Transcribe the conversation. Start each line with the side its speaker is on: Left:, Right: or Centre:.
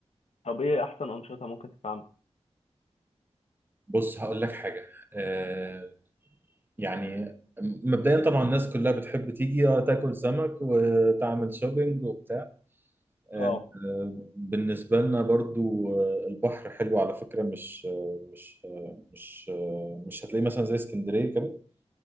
Left: طب ايه احسن انشطه ممكن تتعمل
Right: بص هقول لك حاجه آه، يعني مبدئيا طبعا الناس كلها بتحب تيجي آه، تاكل سمك وتعمل شوبينج وبتاع آه،
Left: اه
Right: آه، بالنسبه لنا برضو آه، البحر حلو على فكره مش آه، مش آه، مش آه، مش هتلاقيه مثلا زي اسكندريه كده